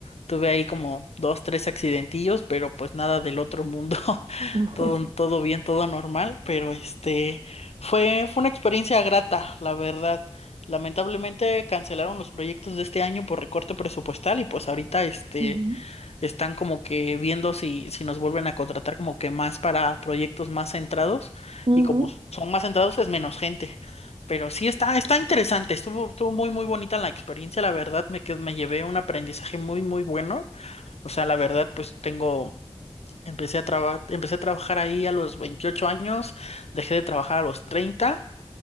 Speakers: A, on the left (about 75°); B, on the right (about 55°).
A: Tuve ahí como dos, tres accidentillos, pero pues nada del otro mundo. <laughs>
B: <laughs>
A: Todo, todo bien, todo normal, pero este fue, fue una experiencia grata, la verdad. Lamentablemente cancelaron los proyectos de este año por recorte presupuestal y pues ahorita este
B: Ujú,
A: están como que viendo si, si nos vuelven a contratar como que más para proyectos más centrados
B: ujú,
A: y como son más centrados es menos gente. Pero sí está, está interesante, estuvo, estuvo muy muy bonita la experiencia, la verdad me, qued- me llevé un aprendizaje muy muy bueno. O sea, la verdad pues tengo, empecé a trabajar empecé a trabajar ahí a los 28 años, dejé de trabajar a los 30